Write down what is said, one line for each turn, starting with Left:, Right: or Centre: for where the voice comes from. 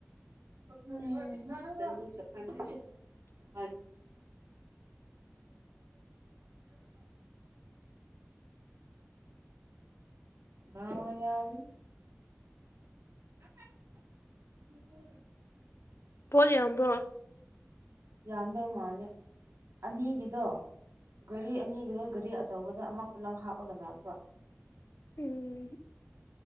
Right: <unintelligible> <unintelligible> <unintelligible> ꯗꯧꯅ ꯌꯥꯗ꯭ꯔꯤꯕꯥ <unintelligible>
Left: ꯕꯣꯜ ꯌꯦꯡꯕꯔꯣ
Right: ꯌꯥꯝꯗꯧ ꯃꯥꯜꯂꯦ ꯑꯅꯤꯒꯤꯗꯣ ꯒꯥꯔꯤ ꯑꯅꯤꯒꯤꯗ ꯒꯥꯔꯤ ꯑꯆꯧꯕꯗ ꯑꯃ ꯄꯨꯂꯞ ꯍꯥꯞꯄꯒ ꯂꯥꯛꯄ
Left: ꯎꯝ